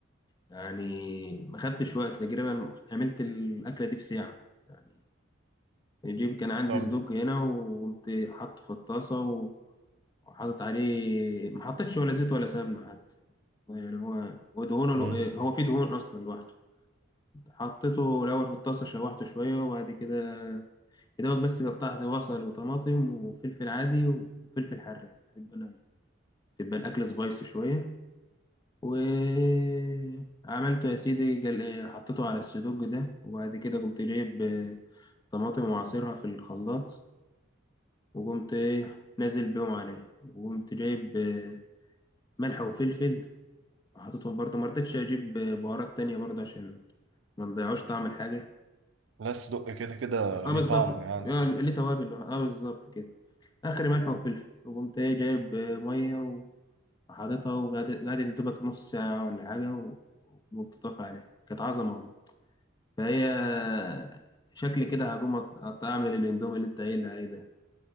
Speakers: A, on the left (about 20°); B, on the right (about 80°).
A: يعني ما خدتش وقت تقريبا عملت الأكلة دي في ساعة يعني الجيب كان عندي
B: طب
A: صدوق هنا وقمت حاطه في الطاسة و- وحاطط عليه ما حطيتش ولا زيت ولا سمنة حتى يعني هو ودهونه
B: مم.
A: لو- هو فيه دهون أصلا لوحده حطيته الأول في الطاسة شوحته شوية وبعد كده يا دوبك بس قطعت بصل وطماطم وفلفل عادي وفلفل حراق بحب أنا تبقى الأكل سبايسي شوية وعملته يا سيدي جل... حطيته على السدوج ده وبعد كده قمت جايب آه، طماطم وعصيرها في الخلاط وقمت ايه نازل بيهم عليه وقمت جايب آه، ملح وفلفل وحطيتهم برضه ما رضيتش اجيب آه، بهارات تانية برضه عشان ما نضيعوش طعم الحاجة
B: بس دق كده كده
A: اه
B: ليه
A: بالظبط
B: طعمه يعني
A: آه، ليه توابل اه بالظبط كده اخر ملح وفلفل وقمت ايه جايب آه، مية وحاططها وقعدت قعدت يا دوبك نص ساعة ولا حاجة و- وبتطفي عليها كانت عظمة والله فهي آه، شكل كده هقوم أط- أعمل الإندومي اللي أنت قايل لي عليه ده